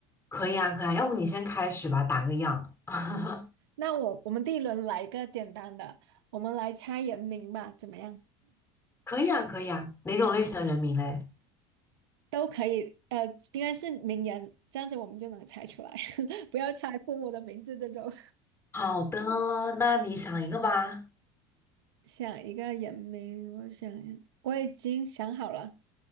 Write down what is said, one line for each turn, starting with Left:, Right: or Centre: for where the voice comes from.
Left: 可以啊，可以啊。要不你先开始吧，打个样。<laughs>
Right: 行，那我我们第一轮来一个简单的，我们来猜人名吧，怎么样？
Left: 可以啊，可以啊。哪种类型的人名嘞？
Right: 都可以，呃，应该是名言，这样子我们就能猜出来，<laughs> 不要猜父母的名字这种。
Left: 好的，那你想一个吧。
Right: 想一个人名，我想一下我已经想好了。